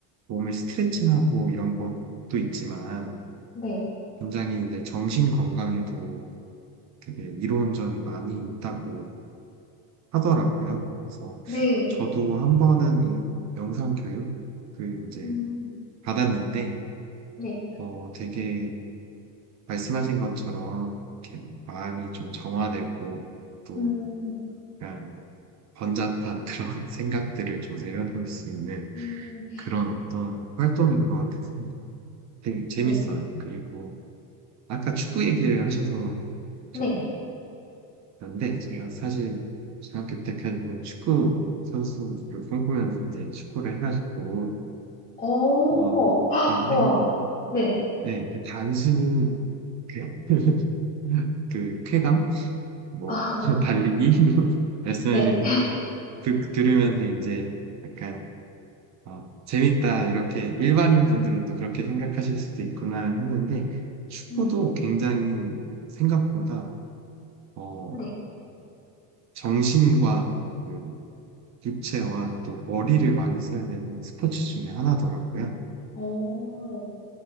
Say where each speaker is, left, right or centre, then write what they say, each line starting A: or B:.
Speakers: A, on the right; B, on the left.
A: 몸을 스트레칭하고 이런 것도 있지만
B: 네,
A: 굉장히 이제 정신 건강에도 되게 이로운 점이 많이 있다고 하더라고요. 그래서
B: 네,
A: 저도 한 번은 이 명상 교육 그 이제
B: 음,
A: 받았는데
B: 네,
A: 어 되게 말씀하신 것처럼 이렇게 마음이 좀 정화되고 또
B: 음,
A: 약간 번잡한 그런 <laughs> 생각들을 좀 내려놓을 수 있는
B: 음.
A: 그런 어떤 활동인 것 같아서 되게 재밌어요.
B: 네.
A: 그리고 아까 축구 얘기를 하셔서
B: 네.
A: 좀 그런데 제가 사실 중학교 때까지는 축구 선수를 꿈꾸면서 이제 축구를 해가지고
B: 어.
A: 어,
B: <gasps>
A: 그런데,
B: 우와. 네.
A: 네, 그 단순히, 그, <laughs> 그 쾌감? 뭐,
B: <laughs> 아,
A: 달리기? <laughs> 말씀해주신
B: 네.
A: 거 듣, 들으면서 이제 약간, 어, 재밌다, 이렇게 일반인 분들은 또 그렇게 생각하실 수도 있구나 했는데, 축구도
B: 음.
A: 굉장히 생각보다, 어,
B: 네.
A: 정신과 그 육체와 또 머리를 많이 써야 되는 스포츠 중에 하나더라고요.
B: 어.